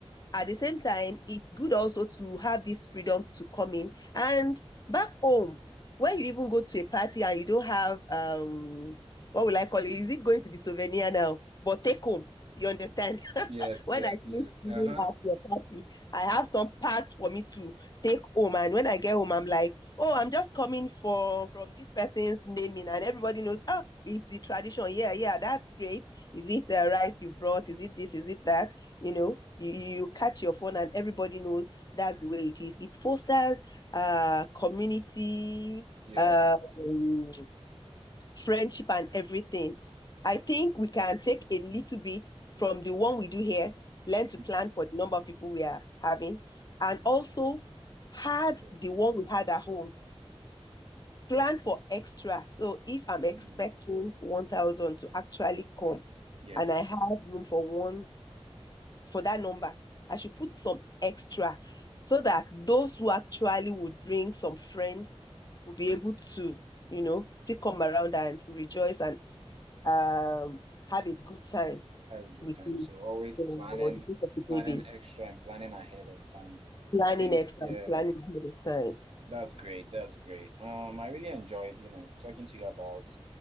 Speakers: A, on the left; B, on the right.
A: at the same time, it's good also to have this freedom to come in. And back home, when you even go to a party and you don't have um what will I call it? Is it going to be souvenir now? But take home. You understand? <laughs>
B: Yes,
A: when
B: yes,
A: I finish
B: yes.
A: eating
B: Uh-huh.
A: at your party, I have some parts for me to take home. And when I get home, I'm like, oh, I'm just coming from from this person's naming, and everybody knows, oh, it's the tradition. Yeah, yeah, that's great. Is it the rice you brought? Is it this? Is it that? You know, you, you catch your phone and everybody knows that's the way it is. It fosters uh community,
B: Yeah.
A: um, friendship and everything. I think we can take a little bit from the one we do here, learn
B: Mhm.
A: to plan for the number of people we are having, and also had
B: Yes.
A: the one we had at home, plan for extra. So if I'm expecting
B: Mm,
A: 1,000 to actually come
B: Yes.
A: and I have room for one for that number. I should put some extra so that those who actually would bring some friends will be able to, you know, still come around and rejoice and um, have a good time
B: Have a good
A: with
B: time.
A: me
B: So always
A: for
B: planning,
A: the birth of the
B: planning
A: baby.
B: extra and planning ahead of time.
A: Planning
B: I think,
A: extra,
B: yeah,
A: planning ahead of time.
B: that's great. That's great. Um, I really enjoyed, you know, talking to you about